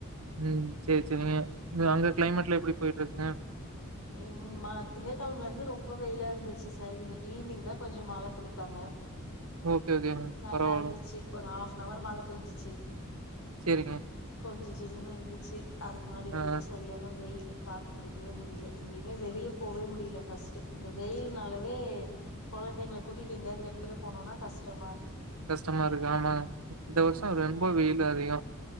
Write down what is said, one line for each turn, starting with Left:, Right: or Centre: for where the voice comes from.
Right: ம் சேர் சேர் <unintelligible> இது அங்க கிளைமேட்ல எப்டி போயிட்ருக்குங்க
Left: ம்ம திங்ககெழமைலந்து ரொம்ப வெயிலா இருந்துச்சு சார் இன்னிக்கி ஈவ்னிங் தா கொஞ்சொ மழ குடுத்தாங்க
Right: ஓகே ஓகேங்க
Left: நல்லா
Right: பரவால்ல.
Left: இருந்துச்சு ஒரு ஹாஃப்ன்வர் மழ பேஞ்சிச்சு
Right: செரிங்க
Left: கொஞ்சோ ஜில்லுன்னு இருந்துச்சு அதுக்கு முன்னாடி வரைக்கூ
Right: ஆ
Left: சரியான வெயிலுக்கு தாக்கு பிடிக்கவே முடியல எங்கமே வெளிய போவே முடியல ஃபஸ்டு இந்த வெயில்னாலவே கொழந்தைங்கள கூட்டிட்டு எங்கயாவது வெள்ல போனோன்னா கஷ்டமா இருக்கு
Right: கஷ்டமா இருக்கு ஆமா இந்த வருஷோ
Left: ஆமா
Right: ரொம்ப வெயில் அதிகோ